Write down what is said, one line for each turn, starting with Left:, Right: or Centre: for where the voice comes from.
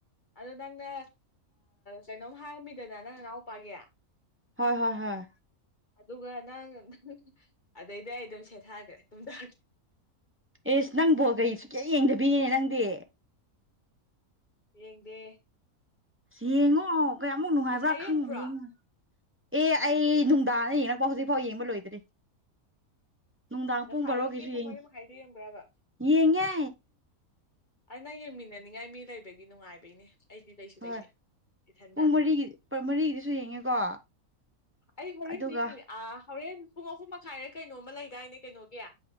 Left: ꯑꯗꯣ ꯅꯪꯅ ꯀꯩꯅꯣꯝ ꯍꯥꯏꯔꯝꯃꯤꯗꯅ ꯅꯪ ꯅꯅꯥꯎꯄꯥꯒꯤ
Right: ꯍꯣꯏ ꯍꯣꯏ ꯍꯣꯏ
Left: ꯑꯗꯨꯒ ꯅꯪ ꯑꯗꯩꯗꯤ ꯑꯩ ꯑꯗꯨꯝ ꯁꯦꯊꯥꯈ꯭ꯔꯦ ꯇꯨꯝꯗꯦ
Right: ꯑꯦꯁ ꯅꯪꯕꯣ ꯀꯩ ꯁꯨ ꯀꯌꯥ ꯌꯦꯡꯗꯕꯤꯅꯦ ꯅꯪꯗꯤ
Left: ꯌꯦꯡꯗꯦ
Right: ꯑꯁ ꯌꯦꯡꯉꯣ ꯀꯌꯥꯃꯨꯛ ꯅꯨꯡꯉꯥꯏꯕ꯭ꯔꯥ
Left: ꯉꯁꯥꯏ
Right: ꯈꯪꯉ
Left: ꯌꯦꯡꯕ꯭ꯔꯣ
Right: ꯌꯦꯡꯉꯣ ꯑꯦ ꯑꯩ ꯅꯨꯡꯗꯥꯡꯅ ꯌꯦꯡꯉꯛꯄ ꯍꯧꯖꯤꯛꯐꯥꯎ ꯌꯦꯡꯕ ꯂꯣꯏꯗ꯭ꯔꯤ ꯅꯨꯡꯗꯥꯡ
Left: ꯉꯁꯥꯏ
Right: ꯄꯨꯡ ꯄꯔꯣꯒꯤꯁꯨ
Left: ꯑꯌꯨꯛꯀꯤ ꯄꯨꯡ
Right: ꯌꯦꯡ
Left: ꯃꯔꯤ ꯃꯈꯥꯏꯗꯣ ꯌꯦꯡꯕ꯭ꯔꯕ
Right: ꯌꯦꯡꯉꯦ
Left: ꯑ ꯅ ꯌꯦꯡꯃꯤꯟꯅꯅꯤꯡꯉꯥꯏ ꯃꯤ ꯂꯩꯕꯒꯤ ꯅꯨꯡꯉꯥꯏꯕꯩꯅꯦ ꯑꯩꯗꯤ ꯀꯩꯁꯨ
Right: ꯍꯣꯏ
Left: ꯂꯩꯇꯦ ꯏꯊꯟꯗ
Right: ꯄꯨꯡ ꯃꯔꯤꯒꯤ ꯃꯔꯤꯒꯤꯗꯨꯁꯨ ꯌꯦꯡꯉꯦꯀꯣ
Left: ꯑꯩ ꯍꯣꯔꯦꯟꯗꯤ
Right: ꯑꯗꯨꯒ
Left: ꯍꯣꯔꯦꯟ ꯄꯨꯡ ꯑꯍꯨꯝ ꯃꯈꯥꯏꯔ ꯀꯩꯅꯣꯃ ꯂꯩꯗꯥꯏꯅꯦ ꯀꯩꯅꯣꯒꯤ